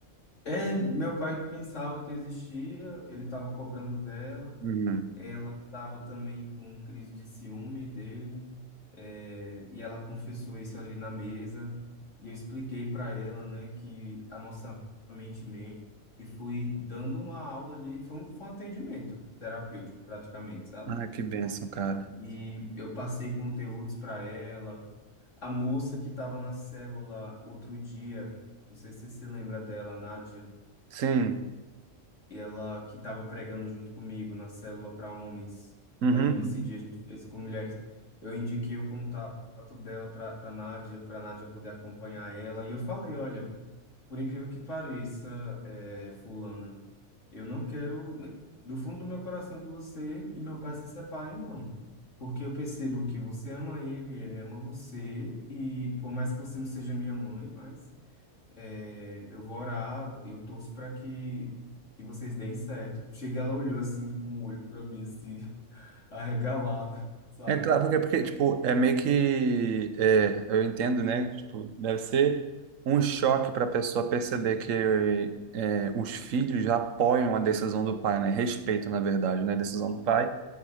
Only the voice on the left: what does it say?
É, meu pai que pensava que existia, ele tava cobrando dela.
Ela estava também com crise de ciúme dele, eh, e ela confessou isso ali na mesa. E eu expliquei para ela, né, que a nossa mente mente. E fui dando uma aula ali, foi um, foi um atendimento terapêutico, praticamente, sabe?
E eu passei conteúdos para ela. A moça que estava na célula outro dia, não sei se você se lembra dela, a Nádia
e ela que estava pregando junto comigo na célula para homens. E
aí nesse
dia a gente fez com mulheres. Eu indiquei o contato dela para para Nádia, para Nádia poder acompanhar ela. E eu falei, olha, por incrível que pareça, é, fulana, eu não quero do fundo do meu coração que você e meu pai se separem, não. Porque eu percebo que você ama ele, ele ama você, e por mais que você não seja minha mãe, mas é, eu vou orar, eu torço para que, que vocês deem certo. Chega, ela olhou assim com o olho para mim, assim, <laughs> arregalado, sabe?